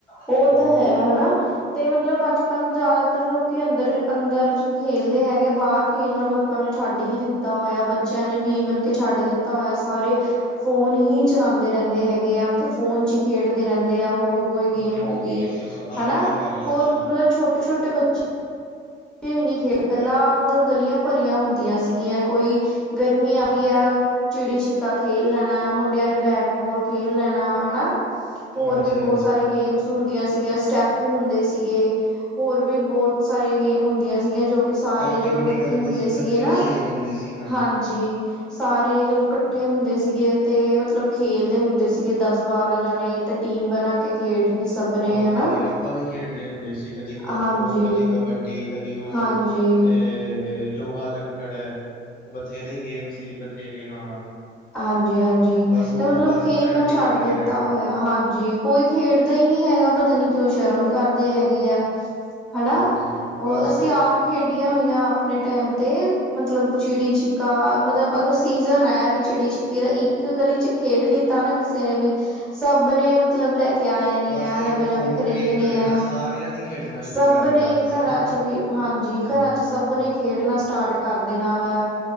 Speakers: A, in the centre; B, on the left.
A: ਓ
B: ਹਾਂ
A: ਤਾਂ ਹੈ ਹਨਾ। ਤੇ ਮਤਲਬ ਅੱਜ-ਕੱਲ੍ਹ ਜ਼ਿਆਦਾਤਰ ਲੋਕੀ ਅੰਦਰ-ਅੰਦਰ ਖੇਲਦੇ ਹੈਗੇ ਬਾਰ ਖੇਲਣਾ ਲੋਕਾਂ ਨੇ ਛੱਡ ਹੀ ਦਿੱਤਾ ਹੋਇਆ। ਬੱਚਿਆਂ ਨੇ ਵੀ ਈਵਨ ਕੇ ਛੱਡ ਦਿੱਤਾ ਹੋਇਆ ਸਾਰੇ ਫੋਨ ਹੀ ਚਲਾਂਦੇ ਰੈਂਦੇ ਹੈਗੇ ਆ ਮਤਲਬ ਫੋਨ ਚ ਹੀ ਖੇਡਦੇ ਰਹਿੰਦੇ ਆ ਹੋਰ ਕੋਈ ਗੇਮ
B: ਹਾਂਜੀ
A: ਹੋ ਗਈ
B: ਬਸ ਸ ਆਹੀ
A: ਹਨਾ
B: ਤਾਂ ਗੱਲ
A: ਕੋਈ
B: ਹੈ ਸਾਰੀ।
A: ਮਤਲਬ ਛੋਟੇ-ਛੋਟੇ ਬੱਚੇ ਵੀ ਨੀ ਖੇਡ ਪਹਿਲਾਂ ਮਤਲਬ ਗਲੀਆਂ ਭਰੀਆਂ ਹੁੰਦੀਆਂ ਸੀਗੀਆਂ ਕੋਈ ਗਰਮੀ ਆ ਗੀ ਆ ਚਿੜੀ-ਛਿੱਕਾ ਖੇਲ ਲੈਣਾ ਮੁੰਡਿਆਂ ਨੇ ਬੈਟ-ਬੋਲ ਖੇਲ ਲੈਣਾ ਹਨਾ ਹੋਰ
B: ਹਾਂਜੀ
A: ਵੀ ਬਹੁਤ
B: ਹਾਂਜੀ
A: ਸਾਰੇ ਗੇਮਸ ਹੁੰਦੀਆਂ ਸੀਗੀਆਂ ਸਟੈਪੂ ਹੁੰਦੇ ਸੀਗੇ ਹੋਰ ਵੀ ਬਹੁਤ ਸਾਰੀਆਂ ਗੇਮ ਹੁੰਦੀਆਂ ਸੀਗੀਆਂ ਜੋ ਵੀ ਸਾਰੇ
B: ਐਕਟੀਵਿਟੀ
A: ਜਦੋਂ ਇਕੱਠੇ
B: ਕਰਦੇ
A: ਹੁੰਦੇ
B: ਸੀ
A: ਸੀਗੇ
B: ਬੱਚੇ
A: ਨਾ
B: ਵੀ ਸਹੀ ਰਹਿੰਦੇ ਸੀ
A: ਹਾਂਜੀ। ਸਾਰੇ ਜਦੋਂ ਕੱਠੇ ਹੁੰਦੇ ਸੀਗੇ ਤੇ ਮਤਲਬ ਖੇਲਦੇ ਹੁੰਦੇ ਸੀਗੇ ਦਸ-ਬਾਰਾਂ ਜਾਣੇ ਤੇ ਟੀਮ ਬਣਾ ਕੇ ਖੇਡਣੀ। ਸਭ ਨੇ
B: ਹਾਂਜੀ
A: ਹਨਾ
B: ਆਪਾਂ ਵੀ ਖੇਡਦੇ ਹੁੰਦੇ ਸੀ ਕਦੀ ਖੋ-ਖੋ
A: ਹਾਂਜੀ।
B: ਕਦੀ ਕਬੱਡੀ ਕਦੀ ਉਹ
A: ਹਾਂਜੀ,
B: ਅ ਲੋਹਾ-ਲੱਕੜ ਬਥੇਰੇ ਗੇਮ ਸੀ। ਸਵੇਰੇ ਹਾਂ
A: ਹਾਂਜੀ, ਹਾਂਜੀ
B: ਬਸ ਉਹ
A: ਤੇ ਮਤਲਬ
B: ਬਸ
A: ਖੇਲਨਾ
B: ਮੈਮਰੀ
A: ਛੱਡ
B: ਬਣ ਕੇ
A: ਦਿੱਤਾ
B: ਰਹਿ ਗਈ
A: ਹੋਇਆ
B: ਇੱਕ
A: ਹਾਂਜੀ। ਕੋਈ ਖੇਡਦਾ ਹੀ ਨੀ ਹੈਗਾ ਪਤਾ ਨੀ ਕਿਉਂ ਸ਼ਰਮ ਕਰਦੇ ਹੈਗੇ ਆ। ਹਨਾ
B: ਹਾਂਜੀ
A: ਉਹ
B: ਬਸ
A: ਅਸੀਂ ਆਪ ਖੇਡੀਆਂ ਹੋਈਆਂ ਆਪਣੇ ਟਾਈਮ ਤੇ ਮਤਲਬ ਚਿੜੀ- ਛਿੱਕਾ ਮਤਲਬ ਅਗਰ ਸੀਜਨ ਹੈ ਵੀ ਚਿੜੀ-ਛਿੱਕੇ ਦਾ ਇੱਕ ਗਲੀ ਚ ਖੇਡ ਲਿੱਤਾ ਨਾ ਕਿਸੇ ਨੇ ਵੀ, ਸਭ ਨੇ ਮਤਲਬ ਲੈ ਕੇ ਕੇ ਆ
B: ਬਸ
A: ਨਵੇਂ-ਨਵੇਂ
B: ਇੱਕ ਫੋਮੋ
A: ਖ਼ਰੀਦਣੇ
B: ਕ੍ਰੀਏਟ ਹੋਏ
A: ਆਂ,
B: ਨਾ ਸਾਰਿਆਂ ਨੇ ਖੇਡਣਾ ਸ਼ੁਰੂ
A: ਸਭ
B: ਕਰ ਦੇਣਾ
A: ਨੇ
B: ਬਸ
A: ਘਰਾਂ
B: ਹਨਾ।
A: ਚ ਵੀ ਹਾਂਜੀ,
B: ਹੂੰ
A: ਘਰਾਂ ਚ ਸਭ ਨੇ ਖੇਡਣਾ ਸਟਾਰਟ ਕਰ ਦੇਣਾ ਵਾ।